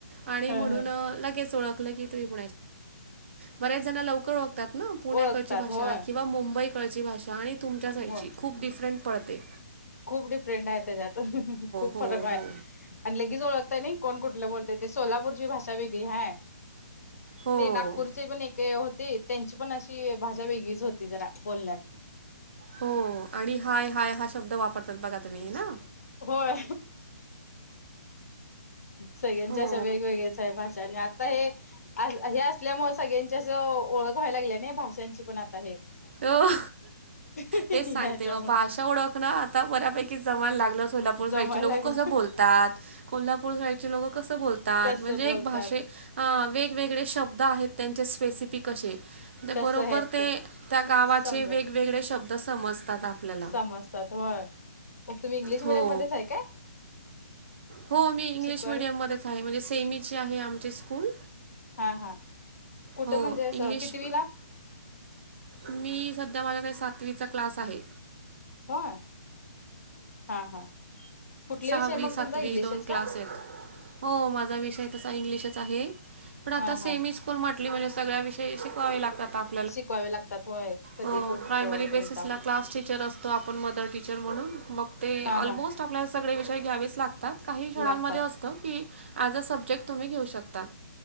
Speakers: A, on the right; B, on the left.
A: आणि
B: ह
A: म्हणूने
B: ह
A: ण्याटचछ बेच ज लवकर ळतात ना पुण्याची
B: ओळखतात
A: भाषा
B: होय.
A: किं मुंबई कळची भाषा आणि तुमच्या साईडची
B: हो
A: खूप िफरंट पळते
B: खूप डिफरेंट आहे त्याच्यातून खूप
A: हो,
B: फरक आहे
A: हो.
B: आणि लगेच ओळखतय नाही कोण कुठलं बोलतय ते सोलापूरची भाषा वेगळी है
A: हो.
B: ते नागपूरचे पण एक होते त्यांची पण अशी भाषा वेगळीच होती जरा बोलण्यात
A: हो आणि हाय हाय हा शब्द वापरतात बघा तुम्ही ना
B: होय. सगळ्यांच्या
A: हो
B: अशा वेगवेगळ्याच आहे भाषा आणि. आ हे हे असल्यामुळे सगळ्यांची असं ओळख व्हाय लागली ना भाषांची पण आता हे
A: हो
B: ह्याच्यामुळे
A: तेच सांगते मग भाषा ओळख ना आता बऱ्यापैकी जमाला लागलं सोलापूर साईडची
B: जमायला
A: लोकं
B: लागलं
A: कसं बोलतात कोल्हापूर साईडचे लोकं कसं बोलतात म्हणजे
B: कसं बोलतात
A: एक भाषे वेगवेगळे शब्द आहेत त्यांचे स्पेसिफिक असे ते
B: कसं
A: बरोबर
B: आहेत
A: ते त्या गावाचे
B: समजायला
A: वेगवेगळे शब्द समजतात आपल्याला
B: समजतात होय मग तमही इंग्िश मिडडीयमध्येच
A: हो
B: आहे का
A: हो मी इंग्लिश
B: शिकवायला
A: मिीडियम मध्येच आहे म्हणजे सेमीची आहे आमचे स्कूल
B: हा हा कुठं
A: हो
B: म्हणजे अस
A: इंग्लिश
B: किती वला
A: मी सध्या माझ्या काही सातवीचा क्लास आहे
B: होय हा हा कुठले
A: सहावी
B: विषय मग
A: सातवी
B: तुमचा इंग्लिशच
A: दोन क्लास
B: काय
A: आहेत हो माझा विषय तसा इंग्लिशच आहे पण आता
B: हा
A: सेमी
B: हा
A: स्कूल म आप म्हणजे सगळ्या विषय शिकवावे लागतात आप
B: शिकवावे लागतात होय कधी
A: प्रायमरी
B: कुठ डेलता
A: बेसिसला क्लास टीचर असतो आपण मदर टीचर म्हणून मग ते
B: हा
A: ऑलमोस्ट
B: हा
A: आपल्या सगळे विषय घ्यावेच लागतात काही शाळांमध्ये
B: लागतात
A: अस की ॲज अ सब्जेक्ट तुम्ही घेऊ शकतात